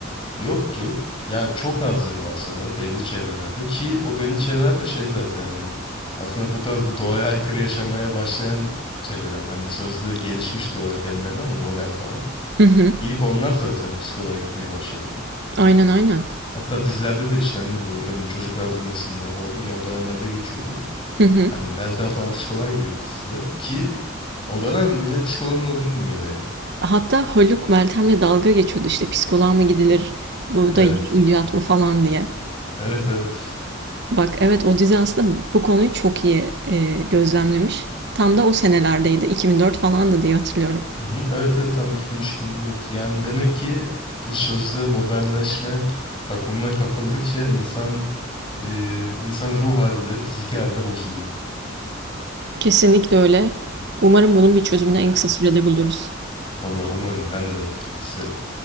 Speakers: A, on the left; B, on the right.
A: Yoktu. Yani çok azdır varsa da belli çevrelerde ki o belli çevreler de şey zaten hani aslında bu tarz bu doğaya aykırı yaşamaya başlayan çevreler hani sözde gelişmiş diyorlar kendilerine ama modern falan.
B: Hı hı.
A: İlk onlar zaten psikoloğa gitmeye başladı.
B: Aynen aynen.
A: Hatta dizilerde de işlendi bu. Ne bileyim çocuklar duymasında o yine o dönemlerde geçiyordu.
B: Hı hı.
A: Hani Meltem falan psikoloğa gidiyordu dizide ki o dönem millet psikoloğun ne olduğunu bilmiyordu yani.
B: Hatta Haluk Meltem'le dalga geçiyordu işte psikoloğa mı gidilir, bu
A: Evet.
B: da yeni icat mı falan diye.
A: Evet evet.
B: Bak evet o dizi aslında bu konuyu çok iyi e, gözlemlemiş. Tam da o senelerdeydi. 2004 falandı diye hatırlıyorum.
A: Hı hı, Evet evet tam 2003-2004. Yani demek ki bu sözde modernleşme akımına kapıldıkça insan e, insan ruh halde, fiziki halde bozuluyor.
B: Kesinlikle öyle. Umarım bunun bir çözümünü en kısa sürede buluruz.
A: Vallahi umarım ben de isterim.